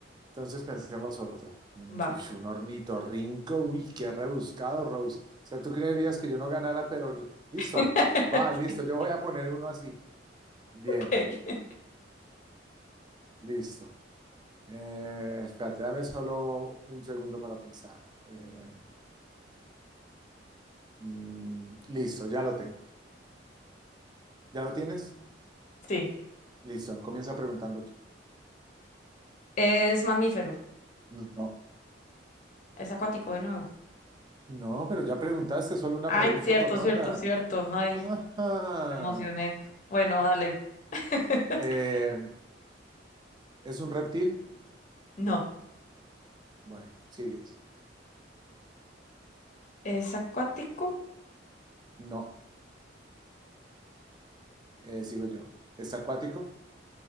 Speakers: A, on the right (about 25°); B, on the left (about 40°).
A: Entonces pensemos otro. Mm,
B: Va.
A: Uy, un ornitorrinco, uy, qué rebuscado, Rose. O sea, tú creerías que yo no ganara, pero ni- listo.
B: <laughs>
A: Va, listo, yo voy a poner uno así. Bien,
B: Ok.
A: listo. Eh, espérate, dame solo un segundo para pensar. Eh, mm, listo, ya lo tengo. ¿Ya lo tienes?
B: Sí,
A: Listo, comienza preguntando tú.
B: es mamífero,
A: No,
B: es acuático de nuevo.
A: no, pero ya preguntaste solo una
B: Ay,
A: pregunta
B: cierto,
A: por ronda.
B: cierto, cierto. Ay,
A: Ajá, ajá.
B: me emocioné. Bueno, dale. <laughs>
A: Eh, ¿es un reptil?
B: No,
A: Bueno, sigues.
B: es acuático.
A: No, eh, sigo yo. ¿Es acuático?